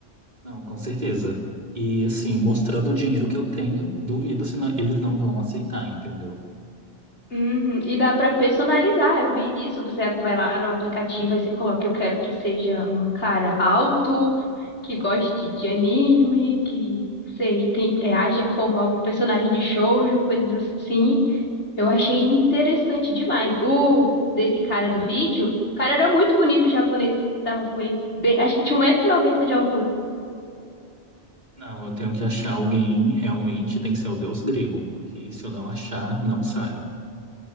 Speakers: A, on the right; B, on the left.
A: Não, com certeza. E assim, mostrando o dinheiro que eu tenho, duvido se não- eles não vão aceitar, entendeu?
B: Uhum, E dá pra personalizar. Eu vi isso. Você vai lá no aplicativo, aí você coloca: eu quero que seja um cara alto, que goste de anime, que, não sei, tem, é, haja como algum personagem de shoujo, coisas assim. Eu achei interessante demais. O desse cara do vídeo, o cara era muito bonito, o japonês que tava com ele. Bem- acho que tinha um 190 noventa de altura.
A: Não, eu tenho que achar alguém, realmente tem que ser o deus grego, porque se eu não achar, não saio.